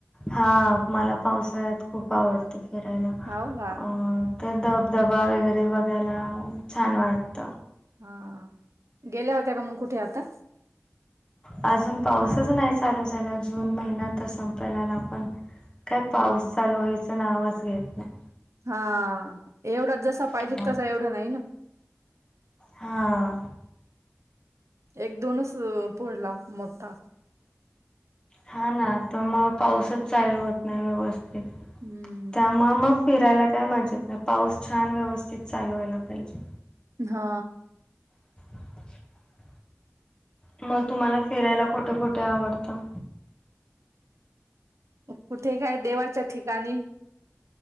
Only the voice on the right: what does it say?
हाव का
हा गेल्या होत्या का मग कुठे आता?
हम्म
हा एवढा जसा पाहिजे
तसा एवढं नाही ना.
एक दोनच पडला. मोठ्ठा.
हम्म
हा.
कुठे काय देवाच्या ठिकाणी.